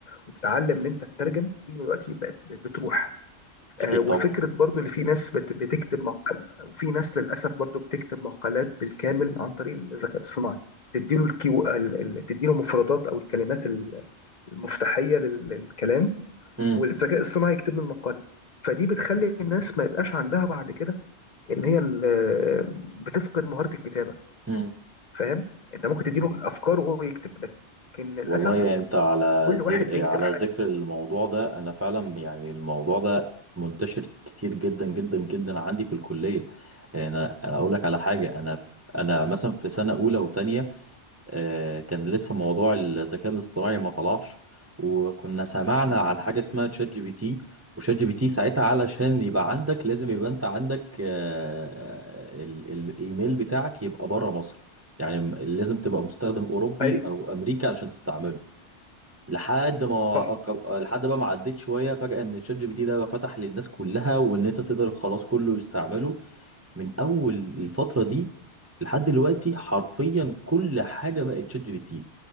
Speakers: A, on the left (about 45°); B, on the right (about 20°).
A: وتتعلم ان انت تترجم دي دلوقتي بقت بتروح
B: اكيد
A: آه، وفكرة
B: طبعا
A: برضو اللي في ناس بت- بتكتب مقال وفي ناس للأسف برضو بتكتب مقالات بالكامل عن طريق الذكاء الصناعي تديله الكيو ال- ال- تديله مفردات أو الكلمات ال- المفتاحية لل- للكلام
B: مم.
A: والذكاء الصناعي يكتب له المقالة فدي بتخلي الناس ما يبقاش عندها بعد كده إن هي ال- بتفقد مهارة الكتابة
B: مم.
A: فاهم أنت ممكن تديله الأفكار وهو يكتب لكن للأسف
B: والله يعني انت على
A: كل
B: زر...
A: واحد بيكتب
B: على
A: حاجة
B: ذكر الموضوع ده انا فعلا يعني الموضوع ده منتشر كتير جدا جدا جدا عندي في الكليه يعني انا انا اقول لك على حاجه انا انا مثلا في سنه اولى وثانيه آه، كان لسه موضوع الذكاء الاصطناعي ما طلعش وكنا سمعنا عن حاجة اسمها تشات جي بي تي وشات جي بي تي ساعتها علشان يبقى عندك لازم يبقى انت عندك آه، ال- الايميل بتاعك يبقى بره مصر يعني م- لازم تبقى مستخدم اوروبي
A: أيوه
B: او امريكا علشان تستعمله لحد ما
A: صح
B: أك- لحد بقى ما عديت شويه فجاه ان شات جي بي تي ده بقى فتح للناس كلها وان انت تقدر خلاص كله يستعمله من اول الفتره دي لحد دلوقتي حرفيا كل حاجه بقت شات جي بي تي